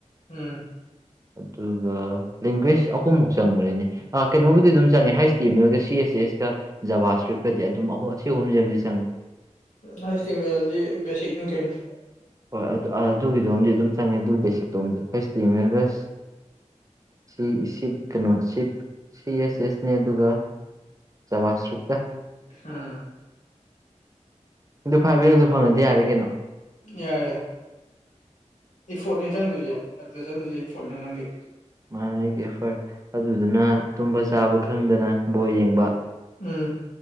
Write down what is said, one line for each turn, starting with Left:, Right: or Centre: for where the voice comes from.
Left: ꯎꯝ
Right: <inaudible> ꯑꯗꯨꯒ ꯂꯦꯡꯒ꯭ꯋꯦꯁ ꯑꯍꯨꯝꯃꯨꯛ ꯆꯪꯕꯅꯤꯅꯦ ꯑ ꯀꯩꯅꯣꯕꯨꯗꯤ ꯑꯗꯨꯝ ꯆꯪꯉꯦ ꯍꯥꯏꯁ ꯇꯤꯃꯦꯝ ꯑꯦꯜꯒ ꯁꯤ__ ꯁꯤ ꯑꯦꯁ ꯑꯦꯁ ꯀ ꯖꯕꯥ ꯁꯀ꯭ꯔꯤꯞꯀꯗꯤ ꯑꯗꯨꯝ ꯑꯍꯨ ꯁꯤ ꯑꯍꯨꯝꯖꯤꯝꯗꯤ ꯆꯪꯉꯦ
Left: ꯍꯩꯁꯇꯤꯃꯦꯜꯗꯤ ꯕꯦꯁꯤꯛꯅꯤ ꯀꯩꯅꯣ
Right: ꯍꯣꯏ ꯑꯗꯨ ꯑꯗꯨꯒꯤꯗꯣꯝꯗꯤ ꯑꯗꯨꯝ ꯆꯪꯉꯦ ꯑꯗꯨ ꯕꯦꯁꯤꯛꯇꯣꯝꯗꯤ ꯍꯩꯁꯇꯤ ꯃꯦꯝ ꯑꯦꯜꯒ ꯁ__ ꯁꯤ ꯁꯤꯞ ꯀꯩꯅꯣ ꯁꯤꯞ ꯁꯤ ꯑꯦꯁ ꯑꯦꯁꯅꯦ ꯑꯗꯨꯒ ꯆꯕꯥ ꯁꯀ꯭ꯔꯤꯞꯀ
Left: ꯎꯝ
Right: ꯑꯗꯨ ꯐꯥꯏꯚ ꯌꯔꯗꯣ ꯐꯪꯉꯗꯤ ꯌꯥꯔꯦ ꯀꯩꯅꯣ
Left: ꯌꯥꯔꯦ ꯏꯐꯣꯔꯠꯅꯦ ꯆꯪꯗꯣꯏꯁꯦ ꯑꯗꯨꯗ ꯆꯪꯗꯣꯏꯁꯦ ꯏꯐꯣꯔꯠꯅꯦ ꯅꯪꯒꯤ
Right: ꯃꯥꯅꯦ ꯑꯩꯒꯤ ꯑꯦꯐꯔꯠ ꯑꯗꯨꯗꯨꯅ ꯇꯨꯝꯕ ꯆꯥꯕ ꯈꯪꯗꯅ ꯕꯣꯜ ꯌꯦꯡꯕ
Left: ꯎꯝ